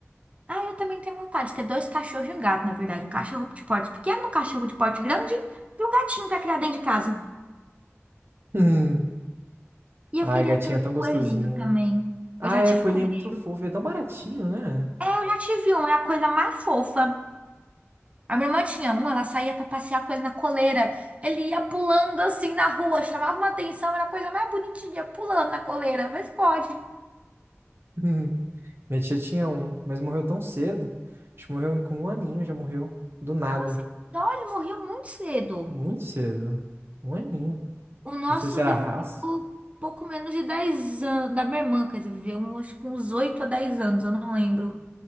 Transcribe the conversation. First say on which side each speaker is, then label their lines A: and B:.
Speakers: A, on the right; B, on the right.
A: Ah, eu também tenho vontade de ter dois cachorros e um gato, na verdade. Um cachorro de porte pequeno, um cachorro de porte grande e um gatinho pra criar dentro de casa.
B: Hum.
A: E
B: Ai,
A: eu queria
B: gatinha,
A: ter um
B: é tão gostosinho.
A: coelhinho também.
B: né? Ah,
A: Eu já
B: é,
A: tive
B: coelhinho
A: coelho.
B: é muito fofo. É tão baratinho, né?
A: É, eu já tive um, é a coisa mais fofa. A minha irmã tinha um, ela saía pra passear com ele na coleira. Ele ia pulando assim na rua, chamava uma atenção, era a coisa mais bonitinha, pulando na coleira. Mas pode.
B: Hum. Minha tia tinha um, mas morreu tão cedo. Acho que morreu com um aninho, já morreu. Do nada.
A: Nossa, que dó, ele morreu muito cedo.
B: Muito cedo. Um aninho.
A: O nosso
B: Não sei se era
A: viveu
B: raça.
A: pouco menos de 10 anos. Da minha irmã, quer dizer, viveu um, acho que uns 8 a 10 anos, eu não lembro.